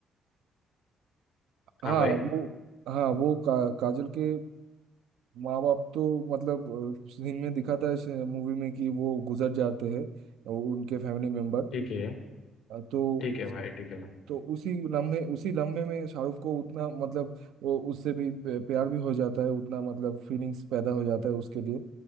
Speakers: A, on the right (about 85°); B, on the left (about 80°).
A: हाँ
B: हाँ भाई
A: वो हाँ वो का, काजोल के माँ बाप तो मतलब अ, सीन में दिखाता है मूवी में कि वो गुजर जाते हैं अ, उनके फैमिली मेंबर
B: ठीक है
A: तो
B: ठीक है भाई ठीक है भाई
A: तो उसी लम्हे उसी लम्हे में शाहरुख को उतना मतलब वो उससे भी प- प्यार भी हो जाता है उतना मतलब फीलिंग्स पैदा हो जाता है उसके लिए